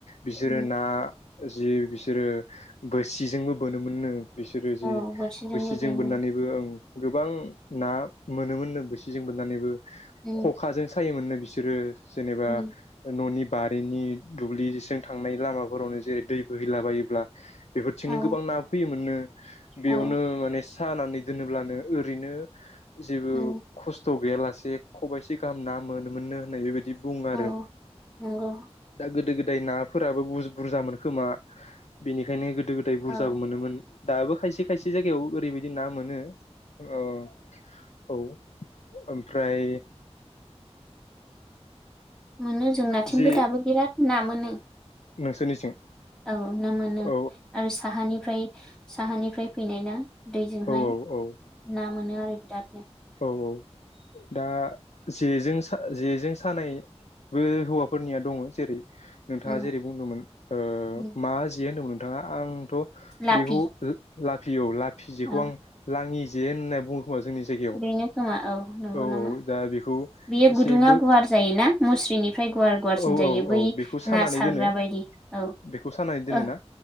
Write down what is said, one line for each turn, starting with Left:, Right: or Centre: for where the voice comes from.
Left: बिसोरो
Centre: उम
Left: ना जि बिसोरो बोसिजोंबो बोनोमोननो बिसोरो जे
Centre: औ बोरसिजोंबो
Left: बैसिजों
Centre: बेनो
Left: बोननानैबो ओं गोबां ना मोनोमोन नो बोसिजों बोननानैबो
Centre: उम
Left: खखाजों सायोमोन नो बिसोरो जेनेबा
Centre: उम
Left: न'नि बारिनि दुब्लिजों थांनाय लामाफोरावनो जेरै दै बोहैलाबायोब्ला बेफोरथिंनो
Centre: औ
Left: गोबां ना फैयोमोननो। बेयावनो
Centre: औ
Left: माने सानानै दोनोब्लानो ओरैनो जेबो
Centre: उम
Left: खस्थ' गैयालासे खबाइसे गाहाम ना मोनोमोननो होननाय बेबायदि <unintelligible> बुङो आरो
Centre: औ नंगौ
Left: दा गोदो गोदाय ना फोराबो बुर बुरजामोन खोमा बेनिखायनो गोदो गोदाय बुरजाबो
Centre: औ
Left: मोनोमोन। दाबो खायसे खायसे जायगायाव ओरैबायदि ना मोनो औ औ ओमफ्राय
Centre: मोनो जों नाथिंबो
Left: जे
Centre: दाबो बिराद ना मोनो।
Left: नोंसोरनिथिं
Centre: औ ना मोनो।
Left: औ
Centre: आरो साहानिफ्राय साहानिफ्राय फैनाय ना। दैजोंहाय
Left: औ औ
Centre: ना मोनो आरो बिरादनो।
Left: औ औ! दा जेजों जेजों सानायबो हौवाफोरनिया दङ जेरै नोंथाङा
Centre: उम
Left: जेरै बुंदोंमोन ओ
Centre: उम
Left: मा जे होनदोंमोन नोंथाङा आं थ
Centre: लाफि
Left: बेखौ लाफियो लाफि जेखौ
Centre: औ
Left: आं लाङि जे होननानै बुङो खोमा जोंनि जायगावऔ
Centre: बेनो खोमा औ नंगौ
Left: औ
Centre: नामा
Left: दा बेखौ
Centre: बेयो
Left: एसेबो
Centre: गुदुङा गुवार जायोना मुस्रिनिफ्राय गुवार गुवारसिन
Left: औ
Centre: जायो बै
Left: औ बेखौ सानानै
Centre: ना सारग्रा
Left: दोनो
Centre: बायदि औ
Left: बेखौ सानानै दोनोना
Centre: ओ